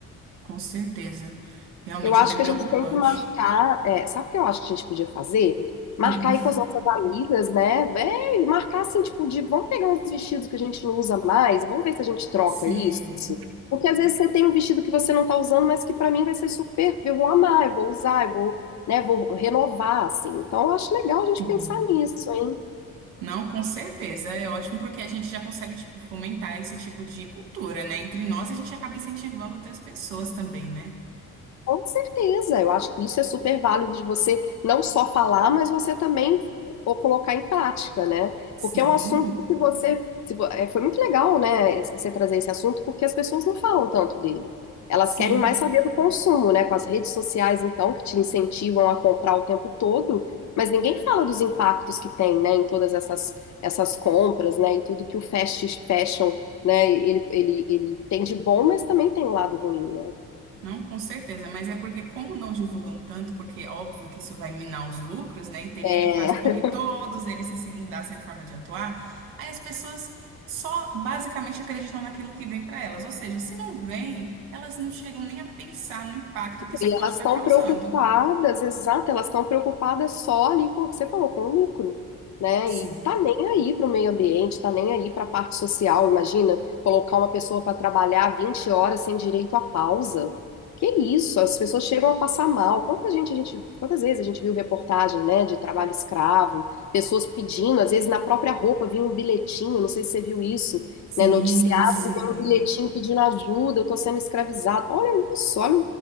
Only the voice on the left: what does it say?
Eu acho
que
a gente tem que marcar. é, sabe o que eu acho que a gente podia fazer? Marcar
aí com as nossas amigas, né? Véi, marcar assim, tipo, de vamos pegar uns vestidos que a gente não usa mais, vamos ver se a gente troca
isso. Porque às vezes você tem um vestido que você não tá usando, mas que pra mim vai ser super. Eu vou amar, eu vou usar, eu vou, né, vou renovar, assim. Então eu acho legal a gente
pensar nisso, hein?
Com certeza, eu acho que isso é super válido de você não só falar, mas você também o colocar em prática, né? Porque
é um assunto que se você, se vo- é, foi muito legal, né, esse- você trazer esse assunto, porque as pessoas não falam tanto dele. Elas
querem mais saber do consumo, né? Com as redes sociais, então, que te incentivam a comprar o tempo todo, mas ninguém fala dos impactos que tem, né, em todas essas, essas compras, né, e tudo que o fast fashion, né, ele, ele, ele tem de bom, mas também tem o lado ruim, né?
É.
E
elas
estão
preocupadas, exato, elas estão preocupadas só ali com o que você falou, com o lucro, né?
E tá nem aí para o meio ambiente, tá nem aí para a parte social. Imagina colocar uma pessoa para trabalhar 20 horas sem direito à pausa. Que isso? As pessoas chegam a passar mal. Quanta gente a gente, quantas vezes a gente viu reportagem, né, de trabalho escravo, pessoas pedindo, às vezes na própria roupa vinha um bilhetinho, não sei se você viu isso,
né, noticiado
que vem um bilhetinho pedindo ajuda, eu tô sendo escravizado. Olha isso, olha